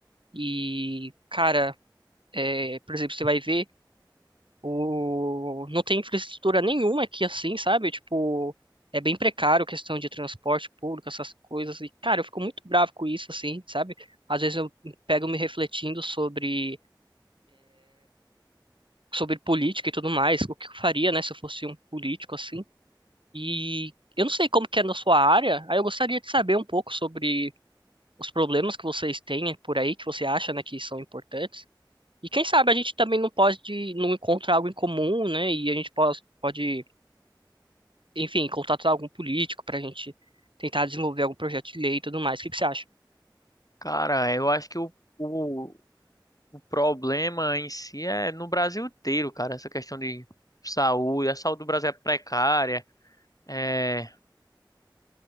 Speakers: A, on the right; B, on the left.
A: E, cara, eh, por exemplo, você vai ver. O... Não tem infraestrutura nenhuma aqui assim, sabe? Tipo, é bem precário a questão de transporte público, essas coisas. E, cara, eu fico muito bravo com isso, assim, sabe? Às vezes eu pego me refletindo sobre, sobre política e tudo mais, o que eu faria, né, se eu fosse um político, assim. E eu não sei como que é na sua área, aí eu gostaria de saber um pouco sobre os problemas que vocês têm por aí, que você acha, né, que são importantes. E quem sabe a gente também não pode, não encontra algo em comum, né? E a gente pode, pode enfim, contatar algum político para a gente tentar desenvolver algum projeto de lei e tudo mais. O que que você acha?
B: Cara, eu acho que o, o, o problema em si é no Brasil inteiro, cara. Essa questão de saúde, a saúde do Brasil é precária, é,